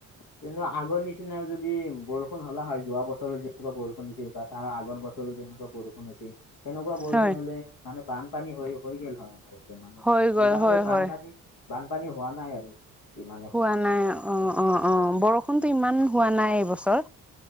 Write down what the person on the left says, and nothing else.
কিন্তু আগৰ নিচিনা যদি যদি বৰষুণ হ'লা হয়, যোৱা বছৰো যেনেকুৱা বৰষুণ দিছিল বা তাৰ আগৰ বছৰো যেনেকুৱা বৰষুণ হৈছিল। তেনেকুৱা বৰষুণ
হ'লে মানে বানপানী হৈ, হৈ গে'ল হয় আমাৰো। মানে
এইবাৰ
আৰু বানপানী,
বানপানী হোৱা নাই আৰু। ইমান এটা